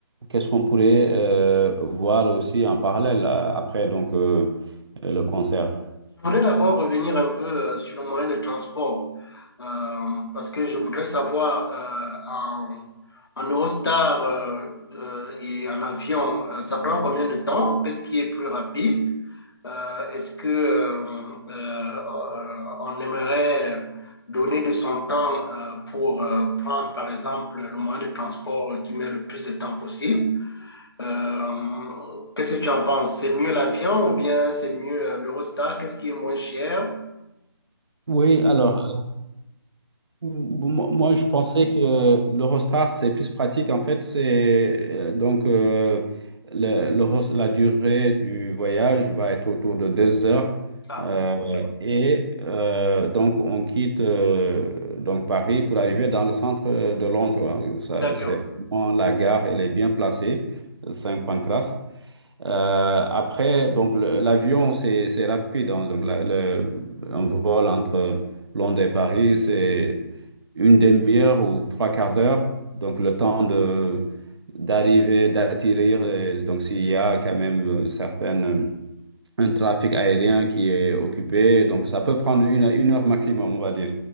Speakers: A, on the right; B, on the left.
A: qu'est-ce qu'on pourrait euh, voir aussi en parallèle euh, après donc euh, le concert.
B: Je voudrais d'abord revenir un peu euh, sur le moyen de transport, euh, parce que je voudrais savoir euh, en, en Eurostar euh, euh, et en avion, euh, ça prend combien de temps? Qu'est-ce qui est plus rapide? Euh, est-ce que euh, on euh, on aimerait donner de son temps euh, pour euh, prendre, par exemple, le moyen de transport qui met le plus de temps possible? Euh, qu'est-ce que tu en penses? C'est mieux l'avion ou bien c'est mieux euh, l'Eurostar? Qu'est-ce qui est moins cher?
A: Oui, alors. Bon, Moi, moi, je pensais que l'Eurostar, c'est plus pratique. En fait, c'est euh, donc euh, le- l'Euros- la durée du voyage va être autour de deux heures.
B: Ah,
A: Euh,
B: ok.
A: et euh, donc, on quitte euh, donc Paris pour arriver dans le centre de Londres. Ça,
B: D'accord.
A: c'est vraiment la gare, elle est bien placée, Saint-Pancras. Euh, après, donc le- l'avion, c'est c'est rapide. hein. donc la- le, un vol entre Londres et Paris, c'est une demi-heure ou trois quarts d'heure. Donc le temps de d'arriver, d'atterrir. et Donc s'il y a quand même euh, certaines un trafic aérien qui est occupé. Donc, ça peut prendre une, une heure maximum, on va dire.